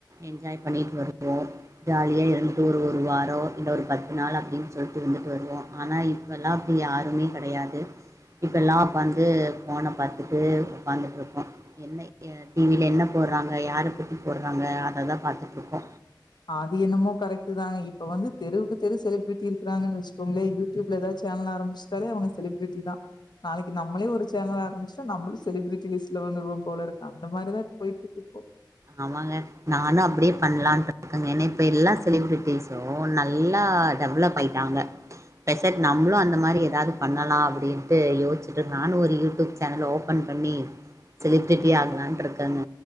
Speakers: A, on the right; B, on the left.
A: என்ஜாய் பண்ணிட்டு வருவோம் ஜாலியாக இருந்துட்டு ஒரு ஒரு வாரம் இல்லை ஒரு பத்து நாள் அப்படின் சொல்லிட்டு இருந் ட்டு வருவோம் ஆனா இப்பெல்லாம் அப்படி யாருமே கிடையாது இப்ப எல்லாம் வந்து போனை பாத்துட்டு உட்காந்துட்டு இருக்கோம் என்ன டிவில என்ன போடுறாங்க யாரை பத்தி போடுறாங்க அததான் பாத்துட்டு இருக்கோ
B: அது என்னமோ கரெக்ட் தாங்க இப்ப வந்து தெருவுக்கு தெரு செலிபிரிட்டி இருக்காங்கன்னு வச்சுக்கோங்களே யூடியூப்ல ஏதாவது சேனல் ஆரம்பிச்சிட்டாலே அவங்க செலிபிரிட்டி தான் நாளைக்கு நம்மளே ஒரு சேனல் ஆரம்பச்சா நம்ளும் செலிபிரிட்டி லிஸ்ட் வந்துருவோ போல இருக்கு அந்த மாதிரி தான் போயிட்டு இருக்கு இப்போ
A: ஆமாங்க நானும் அப்டியே பண்ணலான்னு இருக்கங்க ஏன்னா இப்போ எல்லா செலிப்ரிட்டிஸும் நல்லா டெவலப் ஆயிட்டாங்க பெசட் நம்மளும் அந்த மாதிரி எதாவது பண்ணலாம் அப்டின்ட்டு யோசிுட்டு இரு நானும் ஒரு யூடியூப் சேனல் ஓப்பன் பண்ணி செலிபிரிட்டி ஆகலான் இருக்கேங்க